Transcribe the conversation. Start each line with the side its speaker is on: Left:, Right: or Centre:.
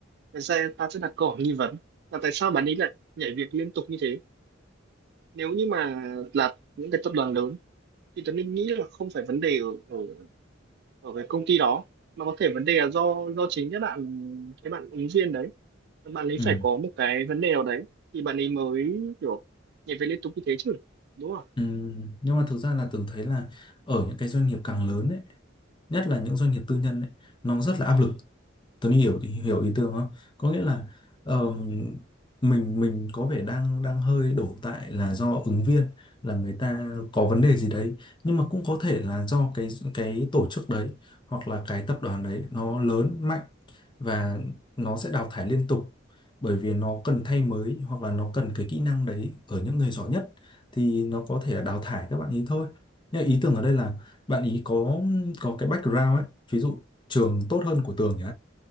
Right: là ra- ta sẽ đặt câu hỏi nghi vấn là tại sao bạn ấy lại nhảy việc liên tục như thế nếu như mà là những cái tập đoàn lớn thì Tuấn Linh nghĩ là không phải vấn đề ở ở, ở cái công ty đó mà có thể vấn đề là do do chính các bạn cái bạn ứng viên đấy bạn ấy
Left: ừ
Right: phải có một cái vấn đề nào đấy thì bạn ấy mới kiểu nhảy việc liên tục như thế chứ đúng không
Left: Ừ, nhưng mà thực ra là tưởng thấy là ở những cái doanh nghiệp càng lớn ấy, nhất là những doanh nghiệp tư nhân ấy, nó rất là áp lực Tuấn hiểu hiểu ý tưởng không? Có nghĩa là ờm, mình mình có vẻ đang đang hơi đổ tại là do ứng viên là người ta có vấn đề gì đấy nhưng mà cũng có thể là do cái cái tổ chức đấy hoặc là cái tập đoàn đấy nó lớn mạnh và nó sẽ đào thải liên tục bởi vì nó cần thay mới hoặc là nó cần cái kỹ năng đấy ở những người giỏi nhất thì nó có thể là đào thải các bạn ý thôi. Nhưng mà ý tưởng ở đây là bạn ý có có cái background ấy, ví dụ trường tốt hơn của Tường nhỉ?